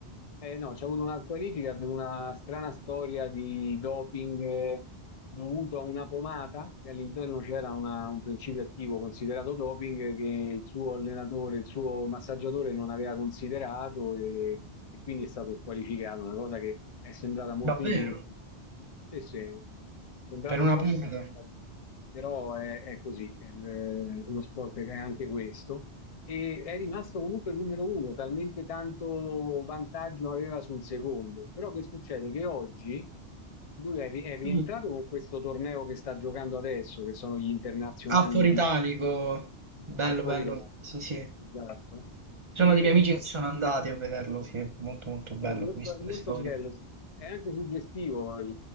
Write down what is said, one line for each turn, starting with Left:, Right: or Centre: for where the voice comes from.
Left: eh, no, c'è avuto una qualifica per una strana storia di doping eh, dovuto a una pomata che all'interno c'era una- un principio attivo considerato doping eh, che il suo allenatore, il suo massaggiatore non aveva considerato e, e quindi è stato squalificato, una cosa che è sembrata molto
Right: Davvero?
Left: ingiusta. Sì, sì, è sembrata
Right: Per
Left: un
Right: una
Left: po' ingiusta,
Right: punta?
Left: però è, è così, il- lo sport è anche questo e è rimasto comunque numero uno, talmente tanto vantaggio aveva sul secondo. Però che succede? Che oggi lui è, ri- è rientrato
Right: Mm.
Left: con questo torneo che sta giocando adesso, che sono gli internazionali
Right: Ah, fuori
Left: di,
Right: italico. Bello,
Left: al fuori
Right: bello. Sì, sì.
Left: Esatto.
Right: Ci
Left: E
Right: sono dei miei amici che sono andati a vederlo, sì, è molto molto bello,
Left: È molto,
Right: ho visto
Left: è molto
Right: le storie.
Left: bello, è anche suggestivo il,